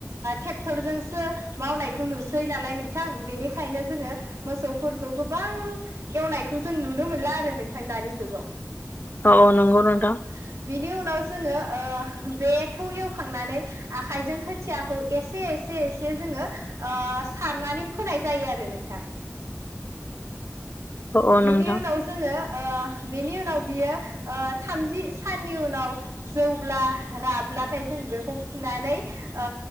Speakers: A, on the right; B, on the left.
A: ट्रेक्टरजोंसो मावनायखौ नुसै नालाय नोंथां बेनिखायनो जोंङो मोसौफोरखौ गोबां एवनायखौ जों नुनो मोनला आरो नोंथां दानि जुगाव।
B: औ औ नंगौ नोंथां
A: औ बिनि उनाव जोंङो ओ बेखौ एवखांनानै आखाइजों खोथियाखौ एसे एसे एसे जोंङो ओ सारनानै फोनाय जायो आरो नोंथां।
B: औ औ
A: बिनि
B: नोंथां
A: उनाव जोंङो ओ बेनि उनाव बियो ओ थामजि साननि उनाव जौब्ला राब्लाथाय जों बेखौ फुनानै ओ